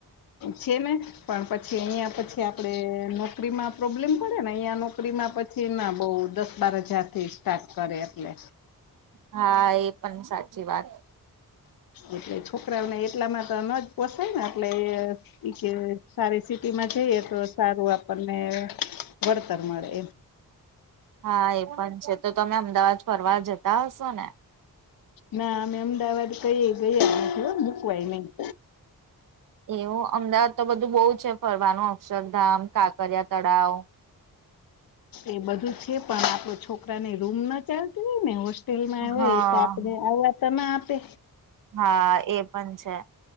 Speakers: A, on the left; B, on the right.
A: છે ને પણ પછી અહિયાયા પછી આપડે નોકરીમાં પ્રોબ્લેમ મળે ને અહંયા નોકરીમાં પછી ના બઉ દસ બાર હજાર થી સ્ટાર્ટ કરે એટલે
B: હા એ પણ સાચી વાત.
A: એટલે છોકરાઓને એટલામાં તો ન જ પોસાય ને એટલે. સારી સિટીમાં જઈએ તો સારું આપણને વરતાર મળે એમ.
B: હા એ પણ છે તો તમે અમદાવાદ ફરવા જતા હશો ને?
A: ના અમે અમદાવાદ કઈ એ ગયા નથી મૂકવાય નહી.
B: <inaudible> એવું અમદાવાદ તો બધું બહુ છે ફરવાનું અક્ષરધામ, કાંકરિયા તળાવ.
A: એ બધું છે પણ આપડો છો આપડાને રૂમ ના ચાલતી હોય ને હોસ્ટેલમાં આવેય
B: હા
A: એ તો આપણે આવવા તો ના આપે
B: હા એ પણ છે